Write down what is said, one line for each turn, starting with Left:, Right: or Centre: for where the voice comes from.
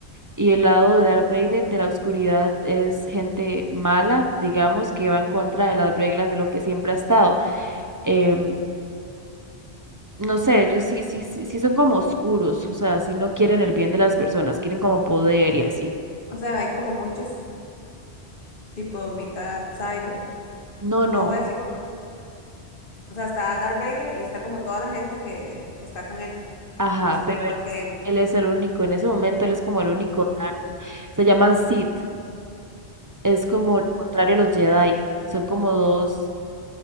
Right: y el lado de Darth Vader, de la oscuridad, es gente mala, digamos, que va en contra de las reglas de lo que siempre ha estado. em, no sé, ellos sí, sí, sí, sí son como oscuros, o sea, sí no quieren el bien de las personas, quieren como poder y así.
Left: O sea, hay como muchos tipos, mitad cyber.
Right: No,
Left: No
Right: no,
Left: voy a decir como. O sea, está Darth Vader y está como toda la gente que está con él,
Right: ajá,
Left: que son
Right: pero
Left: igual
Right: él,
Left: que
Right: es-
Left: él.
Right: él es el único, en ese momento él es como
Left: Ah,
Right: el único
Left: Ok.
Right: Darth. Se llaman Sith, es como lo contrario a los Jedi, son como dos